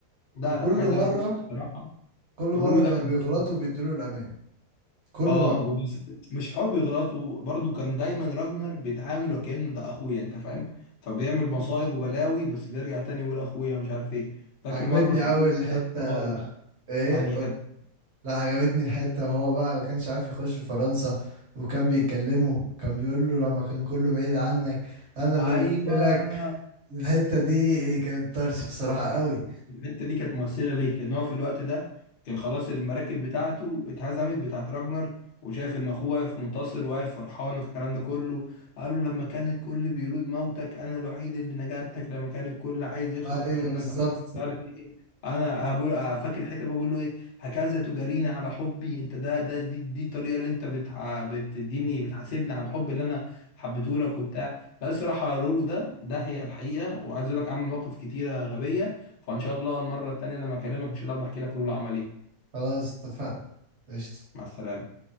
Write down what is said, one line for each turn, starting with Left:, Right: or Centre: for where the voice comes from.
Left: ده
Right: وكل
Left: لا عايز
Right: مرة
Left: اقول لك بص الصراحه
Right: كل مرة
Left: رولو
Right: كانوا
Left: ده كان
Right: بيغلطوا
Left: صعب.
Right: وبيدوا له الامان كل
Left: اه
Right: مرة
Left: وبس مش حوار بيغلطه برضو كان دايما راجنر بيتعامل وكانه ده اخويا انت فاهم فبيعمل مصايب وبلاوي بس بيرجع تاني يقول اخويا مش عارف ايه فاكر
Right: عجبتني
Left: مره في اول
Right: قوي الحتة
Left: المسلسل خالص
Right: ايه
Left: انهي حته
Right: لا عجبتني الحتة وهو بقى ما كانش عارف يخش فرنسا وكان بيكلمه كان بيقول له لما كان كله بعيد عنك انا اللي
Left: ايوه
Right: قلت لك الحتة دي كانت طرش بصراحة قوي
Left: الحته دي كانت مؤثره ليه؟ لان هو في الوقت ده كان خلاص المراكب بتاعته اتهزمت بتاعت راجنر وشايف ان اخوه واقف منتصر واقف فرحان والكلام ده كله قال له لما كان الكل بيرود موتك انا الوحيد اللي نجاتك لما كان الكل عايز يخلص
Right: ايوه
Left: منك
Right: بالظبط
Left: انا مش عارف ايه انا هبقول فاكر الحته بقول له ايه هكذا تجاريني على حبي انت ده ده دي, دي الطريقه اللي انت بتع... بتديني بتحاسبني على الحب اللي انا حبيته لك وبتاع لا الصراحه رولو ده ده هي الحقيقه وعايز اقول لك عامل مواقف كتيره غبيه فان شاء الله المره التانيه لما اكلمك ان شاء الله بحكي لك لولا عمل ايه
Right: خلاص اتفقنا قشطة
Left: مع السلامه